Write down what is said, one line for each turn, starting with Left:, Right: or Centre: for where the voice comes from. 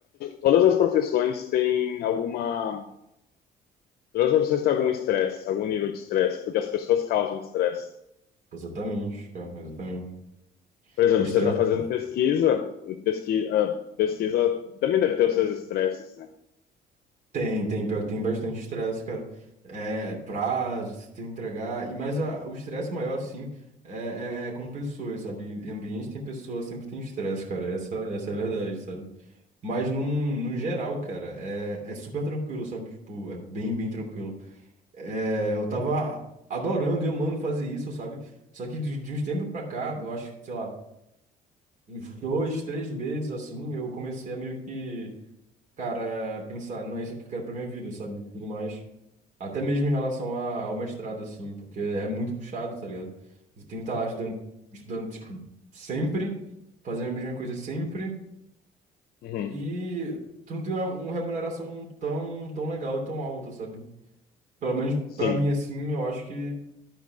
Left: Todas as profissões têm alguma. Todas as profissões têm algum estresse, algum nível de estresse, porque as pessoas causam estresse.
Right: Exatamente, cara, exatamente.
Left: Por exemplo,
Right: O estresse
Left: se você está fazendo pesquisa, pesquisa, pesquisa também deve ter os seus estresses, né?
Right: tem, tem, pior que tem bastante estresse, cara. É prazo, você tem que entregar. E mais a, o estresse maior, assim, é, é, é com pessoas, sabe? Em ambiente tem pessoas, sempre tem estresse, cara. Essa, essa é a verdade, sabe? Mas num, num geral, cara, é, é super tranquilo, sabe? Tipo, é bem, bem tranquilo. É, eu tava adorando e amando fazer isso, sabe? Só que de, de uns tempos pra cá, eu acho, sei lá, uns dois, três meses assim, eu comecei a meio que, cara, pensar, não é isso que eu quero pra minha vida, sabe? Tudo mais. Até mesmo em relação a- ao mestrado, assim, porque é muito puxado, tá ligado? Você tem que estar lá estudando, estudando, tipo, sempre, fazendo a mesma coisa sempre,
Left: Uhum.
Right: e tu não tem uma, uma remuneração tão, tão legal e tão alta, sabe? Pelo menos
Left: Sim,
Right: pra mim, assim, eu acho que.